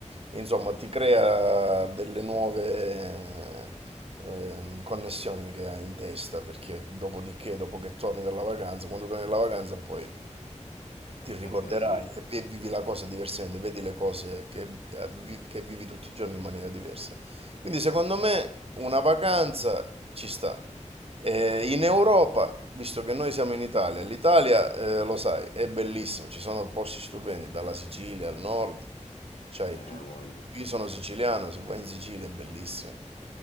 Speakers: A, on the right; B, on the left.
A: insomma, ti crea delle nuove eh, connessioni che hai in testa, perché dopodiché, dopo che torni dalla vacanza, quando torni dalla vacanza poi ti ricorderai
B: Eh beh sì,
A: e vi- vivi la cosa diversamente, vedi le cose che, eh, vi- che vivi tutti i giorni in maniera diversa. Quindi secondo me una vacanza ci sta. Eh, in Europa, visto che noi siamo in Italia, l'Italia, eh, lo sai, è bellissima, ci sono posti stupendi, dalla Sicilia al nord, c'hai
B: eh,
A: tutto.
B: ha voglia.
A: Io sono siciliano, se vai in Sicilia è bellissimo.